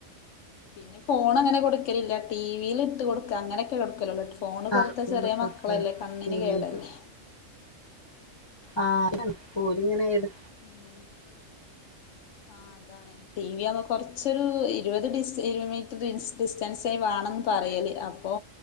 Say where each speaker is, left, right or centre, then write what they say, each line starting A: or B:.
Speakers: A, on the left; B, on the left.
A: പിന്നെ ഫോണങ്ങനെ കൊടുക്കലില്ല ടീവീലിട്ട് കൊടുക്കാ അങ്ങനെയൊക്കെ കൊടുക്കലൊള്ളു ഫോണ്
B: കാർട്ടൂണൊക്കെ
A: കൊടുത്ത ചെറിയ
B: കൊടുത്തേ
A: മക്കളല്ലേ കണ്ണിന്
B: ടിവിയില്
A: കേടല്ലേ
B: ആ പൊടീങ്ങനെ എടുത് <unintelligible>
A: ഉം ആ അതാണെ ടി വി ആവുമ്പോ കൊറച്ചൊരു ഇരുപത് ഡിസ്റ്റ് ഇരുപത് മീറ്റർ ഡിസ്റ്റ് ഡിസ്റ്റൻസായി വേണംമെന്ന് പറയല് അപ്പോ